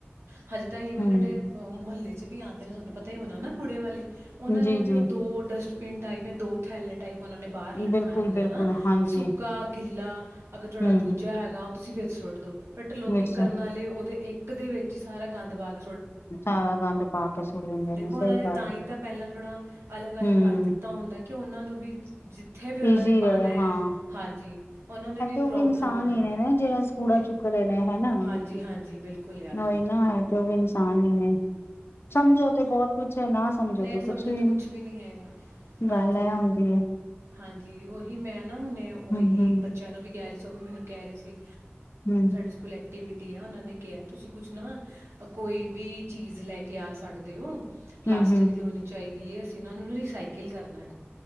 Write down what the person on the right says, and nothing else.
ਹਾਂ ਤਾਂ ਈਵਨ
ਜਿਹੜੇ ਮਹੱਲੇ ਚ ਵੀ ਆਉਂਦੇ ਨੇ ਤੁਹਾਨੂੰ ਪਤਾ ਹੀ ਹੁੰਦਾ ਨਾ ਮੁੜੇ ਵਾਲੇ ਉਹਨਾਂ
ਨੇ ਵੀ
ਉਹ ਦੋ ਦੋ ਥੈਲ ਟਾਈਪ ਉਹਨਾਂ ਨੇ ਬਾਹਰ ਲਟਕਾਇਆ
ਹੁੰਦਾ
ਨਾ
ਸੁੱਕਾ <unintelligible> ਅਗਰ ਤੁਹਾਡਾ
ਦੂਜਾ
<unintelligible> ਲੋਕੀ
ਕਰਨ ਵਾਲੇ ਉਹਦੇ ਦੇ ਵਿੱਚ ਹੀ ਸਾਰਾ ਗੰਦ ਪਾਗ
ਦੇਖੋ
ਇਹਨਾਂ ਨੇ
ਤਾਂ
ਹੀ ਤਾਂ ਪਹਿਲਾਂ ਥੋੜਾ ਅਲਗ ਅਲਗ
ਅਟ ਦਿੱਤਾ ਹੁੰਦਾ ਉਹਨਾਂ ਨੂੰ ਵੀ ਉਹਨਾਂ
ਨੇ ਪਾਣਾ
ਆ ਹਾਂਜੀ ਉਹਨਾਂ ਨੂੰ
ਪ੍ਰੋਬਲਮ
ਨਾ ਆਏ
ਬਿ-
ਹਾਂਜੀ ਹਾਂਜੀ ਬਿਲਕੁਲ ਯਾਰ
ਨੇ ਸਮਝੋ ਤੇ ਕੁਛ
ਵੀ ਨਹੀਂ ਹੈਗਾ ਹਾਂਜੀ
ਹਾਂਜੀ ਉਹੀ ਮੈਂ ਨਾ ਹੁਣੇ ਓਹੀ
ਬੱਚਿਆਂ ਨੂੰ ਵੀ ਮੈਨੂੰ ਕਹਿ ਰਹੇ ਸੀ
ਸਕੂਲ ਦੀ ਗਤੀਵਿਧੀ ਉਹਨਾਂ ਨੇ ਕਿਹਾ ਤੁਸੀਂ ਕੁਝ ਨਾ ਕੋਈ ਵੀ ਚੀਜ਼ ਲੈ ਕਿ ਆ ਸਕਦੇ ਹੋ ਪਲਾਸਟਿਕ
ਦੀ ਹੋਣੀ ਚਾਹੀਦੀ ਹ ਇਹਨਾਂ ਨੂੰ ਸਾਈਕਲ ਕਰਨਾ